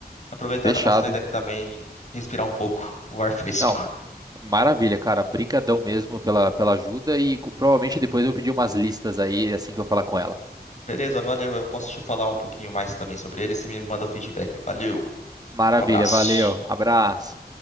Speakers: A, on the left (about 45°); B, on the right (about 25°).
A: Aproveitar
B: Fechado.
A: e dar uma saída aqui também, respirar um pouco o ar fresco.
B: Não, maravilha, cara. Brigadão mesmo pela, pela ajuda e co- provavelmente depois eu vou pedir umas listas aí assim que eu falar com ela.
A: Beleza, valeu. Eu posso te falar um pouquinho mais também sobre ele. Você me manda o feedback. Valeu,
B: Maravilha,
A: um abraço.
B: valeu. Abraço.